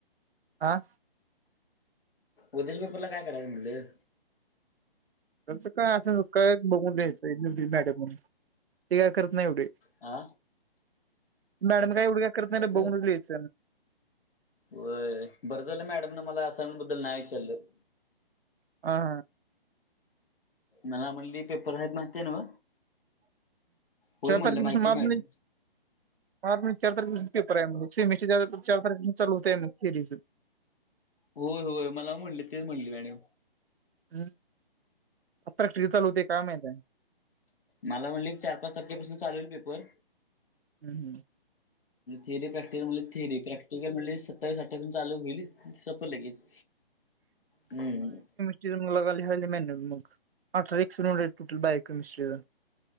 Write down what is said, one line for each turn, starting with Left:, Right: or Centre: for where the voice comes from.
Right: आ,
Left: उद्याच्या पेपरला काय करायचं म्हटलं.
Right: कस काय, असल काय, बघून द्यायचं मॅडम म्हणून ते काय करत नाही एवढी.
Left: आ,
Right: मॅडम, काय एवढ काय करत नाही
Left: बघू
Right: रे बघूनचं लिहायच.
Left: होय, बरं झालं मॅडम न मला असाइन्मेंट बद्दल नाही विचारलं.
Right: आ हा,
Left: मला म्हटली पेपर आहेत. माहिती न्हव, होय
Right: चार
Left: म्हटलं
Right: तारखेपासून
Left: माहितीय
Right: मार्च
Left: मॅडम.
Right: <unintelligible>
Left: होय होय, मला म्हणली ते म्हणली मॅडम.
Right: हम्म, प्रॅक्टिकल चालू होतंय काय माहित
Left: मला म्हणली, एक- चार -पाच तारखेपासून चालू होईल पेपर.
Right: हम्म,
Left: थेरी प्रॅक्टिकल म्हणजे थेरी प्रॅक्टिकल म्हटले सत्तावीस -अठ्ठावीस चालू होईल. सप लगेच हम्म,
Right: <unintelligible>